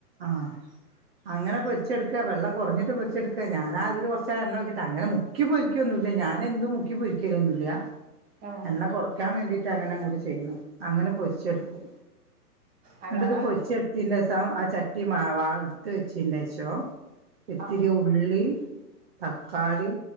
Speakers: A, on the right; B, on the right.
A: ആഹ് അങ്ങനെ പൊര്ച്ച്ട്ക്കെ വെള്ളംകൊർഞ്ഞിട്ട് പൊര്ച്ചെട് ക്കെ ഞാനാ അതില് കൊർചെണ്ണ ഒയ്ച്ചി ട്ട അങ്ങനെ മുക്കി പൊരി ക്ക്യൊന്നുല്ല ഞാൻ എന്നും മുക്കി പൊരിക്ക്യലൊന്നുല്യാ
B: ആഹ്
A: എണ്ണ കൊർ ക്കാൻ വേണ്ടീട്ട് അങ്ങനെ അങ്ങട് ചെയ്യ്ണ അങ്ങനെ പൊര്ച്ചെട്ക്കും
B: അല്ലാതെ
A: ന്ന്ട്ട്ത് പൊര്ച്ചെ ത്തിന്റെസം ആ ചട്ടി മാവാ എട്ത്ത് വെച്ചിന്റെഷം ഇത്തിരി
B: ആ
A: ഉള്ളി തക്കാളി